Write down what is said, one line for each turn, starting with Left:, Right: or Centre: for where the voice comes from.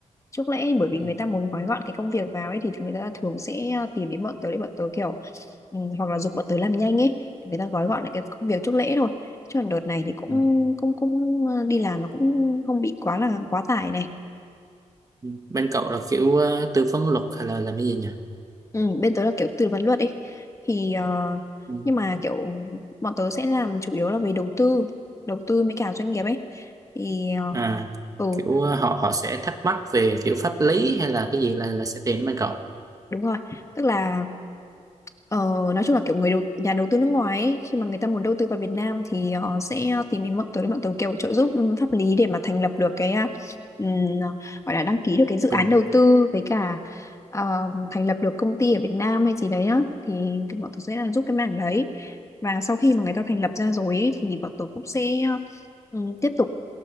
Left: Trước lẽ bởi vì
Right: ừm.
Left: người ta muốn gói gọn cái công việc vào ấy thì người ta thường sẽ ờ, tìm đến bọn tớ để bọn tớ kiểu ừ, hoặc là giục bọn tớ làm nhanh ấy thì người ta gói gọn lại cái công việc trước lễ thôi. Chứ còn đợt này thì cũng
Right: Ừ.
Left: cũng cũng ờ, đi làm nó cũng không bị quá là quá tải này.
Right: Ừ. Bên cậu là kiểu ờ, tư vấn luật hay là làm cái gì nhỉ?
Left: Ừ, bên tớ là kiểu tư vấn luật ấy thì ờ,
Right: Ừ.
Left: nhưng mà kiểu bọn tớ sẽ làm chủ yếu là về đầu tư, đầu tư với cả doanh nghiệp ấy thì ờ,
Right: À,
Left: ừ
Right: kiểu ờ, họ họ sẽ thắc mắc về kiểu pháp lý hay là cái gì là là sẽ tìm đến bên cậu.
Left: đúng rồi tức là ờ, nói chung là kiểu người đầu nhà đầu tư nước ngoài ấy, khi mà người ta muốn đầu tư vào Việt Nam thì họ sẽ tìm đến bọn tớ để bọn tớ kiểu trợ giúp ừ, pháp lý để mà thành lập được cái à, ừm, gọi là đăng ký được cái dự án
Right: Cùng.
Left: đầu tư với cả ờ, thành lập được công ty ở Việt Nam hay gì đấy á thì bọn tớ sẽ là giúp cái mảng đấy và sau khi mà người ta thành lập ra rồi ấy, thì bọn tớ cũng sẽ ừ, tiếp tục